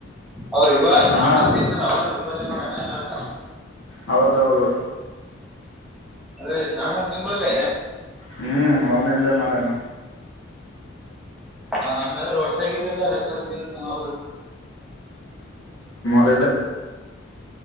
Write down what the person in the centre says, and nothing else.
ಅವ್ರು ಇವಾಗ
ಚಾಣ ಅಂತಿದ್ನಲ್ಲ ಅವನು ಮೆಮ್ಬರ್ ಆಗವ್ನೆ ಆತು <unintelligible>
ಅರೆ ಶಾಣಕ್ ನಿಂಬಲ್ಲೇ
ಅನಿಂಟೆಲಿಜಬಲ್ <unintelligible> ಹ ಆಮೇಲೆ ರೊಟ್ಟಾಗಿರೆಲ್ಲ ಎಲ್ಲ ಜೀವನ ಅವರೆ